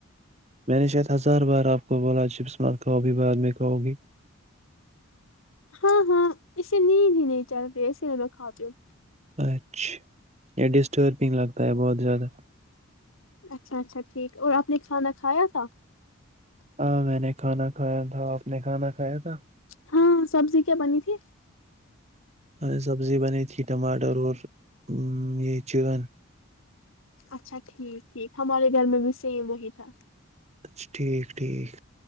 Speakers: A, on the right (about 30°); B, on the left (about 75°).
A: میں نے شاید ہزار بار آپ کو بولا جپسمارکب بھی بعد میں کہو گی
B: ہاں ہاں اسے نیند ہی نہیں چلتی اسی لیے میں کھاتی ہوں
A: اچھا یہ ڈسٹربنگ لگتا ہے بہت زیادہ
B: اچھا اچھا ٹھیک اور آپ نے کھانا کھایا تھا
A: ہاں میں نے کھانا کھایا تھا آپ نے کھانا کھایا تھا
B: ہاں سبزی کیا بنی تھی
A: ارے سبزی بنی تھی ٹماٹر اور یہ چکن
B: اچھا ٹھیک ٹھیک ہمارے گھر میں بھی سیم وہی تھا
A: اچا ٹھیک ٹھیک